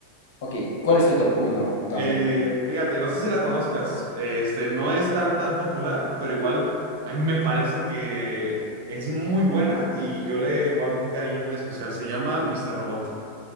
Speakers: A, on the left; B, on the right.
A: Ok, ¿cuál es tu top uno, Tony?
B: Eh, fíjate, no sé si la conozcas. Este, no es tan tan popular, pero igual a mí me parece que es muy buena y yo le guardo un cariño muy especial. Se llama Mr. Robot.